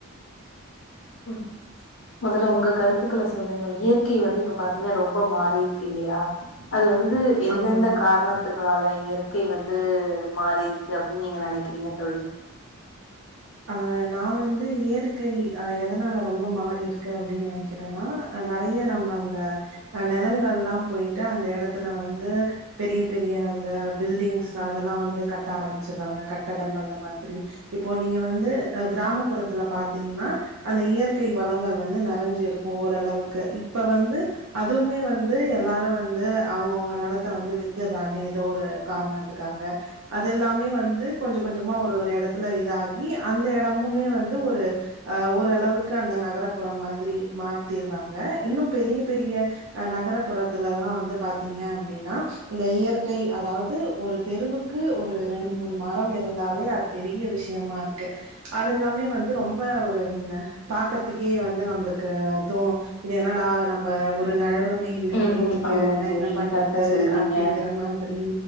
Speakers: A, on the left; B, on the right.
A: ஓ மொதல்ல உங்க கருத்துக்கள சொல்லுங்க இயற்கை வந்து இப்ப பாத்தீங்கன்னா ரொம்ப மாறி இருக்கு இல்லையா அது வந்து எந்தெந்த
B: ஆமா
A: காரணத்து னால இயற்கை வந்து மாறி இருக்கு அப்டி நீங்க நெனைக்கிறீங்க தோழி?
B: ஆ நா வந்து இயதுக்கை ஆ எதனால ரொம்ப மாறிருக்கு அப்டின்னு நெனைக்கிறேன்னா அ நெறைய நம்ம அந்த அ நெலங்கல்லா போயிட்டு அந்த எடத்துல வந்து பெரிய பெரிய அந்த பில்டிங்ஸ் அதெல்லா வந்து கட்ட ஆரம்பிச்சர்றாங்க கட்டடம் அந்த மாதிரி இப்போ நீங்க வ வந்து அ கிராமப்புறத்துல பாத்தீங்கன்னா அந்த இயற்கை வளங்கள் வந்து நெறைஞ்சிருக்கு ஓரளவுக்கு. இப்ப வந்து அதுவுமே வந்து எல்லாரு வந்து அவங்கவுங்க நெலத்த வந்து வித்துர்றாங்க எதோ ஒரு காரணத்துக்காக. அதெல்லாமே வந்து கொஞ்ச கொஞ்சமா ஒரு ஒரு எட த்துல இது ஆ ரி அந்த எடமுமே வந்து ஒரு ஆ ஓரளவுக்கு அந்த நகரப்புறோ மாதிரி மாத்திர்றாங்க. இன்னும் பெரிய பெரிய அ நகரபுறத்துலலா வந்து பாத்தீங்க அப்டின்னா இந்த இயற்கை அதாவது ஒரு தெருவுக்கு ஒரு ரெண்டு மூணு மரம் இருந்தாலே அது பெரிய விஷயமா இரு க்கு அதெல்லாமே வந்து ரொம்ப ஒரு ம் ஆ பாக்கறதுக்கே வந்து நம்மளுக்கு தோணு இது என்னடா நம்ம ஒரு நெழலு மே இல்லயே
A: ம்
B: இங்க
A: ஆமா
B: எல்லா
A: தோழி
B: என்ன பண்றது
A: கரெக்டா சொல்றீங்க
B: அப்டிங்கற மாதிரி